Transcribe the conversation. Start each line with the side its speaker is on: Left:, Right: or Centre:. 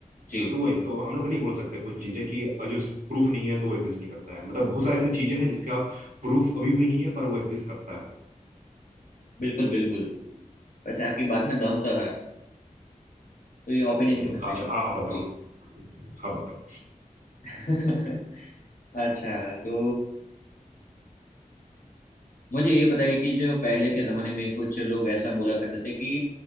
Left: जी
Right: हाँ, तो वही तो हम लोग नहीं बोल सकते कोई चीजें कि जो प्रूफ नहीं है तो वो एग्जिस्ट नहीं करता है मतलब बहुत सारे ऐसे चीजें हैं जिसका प्रूफ अभी भी नहीं है पर वो एग्जिस्ट करता है
Left: बिल्कुल बिल्कुल वैसे आपकी बात में दम तो है तो ये
Right: ओके
Left: ओपिनियन होना चाहिए
Right: अच्छा आप बताओ
Left: जी
Right: आप बताओ
Left: <laughs> अच्छा तो मुझे ये बताइए कि जो पहले के जमाने में कुछ लोग ऐसा बोला करते थे कि